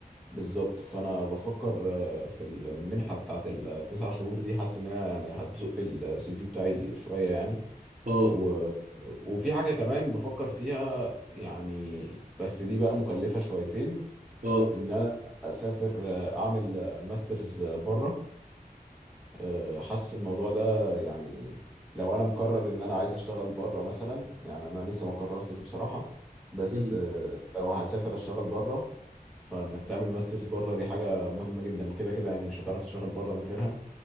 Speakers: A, in the centre; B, on the right.
A: بالظبط فانا بفكر آه، في المنحة بتاعت التسع شهور دي حاسس ان هي يعني هتزق السي في بتاعي شوية يعني
B: اه
A: و... وفي حاجة كمان بفكر فيها يعني بس دي بقى مكلفة شويتين
B: اه
A: ان انا اسافر آه، اعمل آه، ماسترز آه، بره آه، حاسس الموضوع ده يعني لو انا مقرر ان انا عايز اشتغل بره مثلا يعني انا لسه ما قررتش بصراحة بس
B: مم.
A: آه، لو هسافر اشتغل بره فانك تعمل ماسترز بره دي حاجة مهمة جدا كده كده يعني مش هتعرف تشتغل بره من غيرها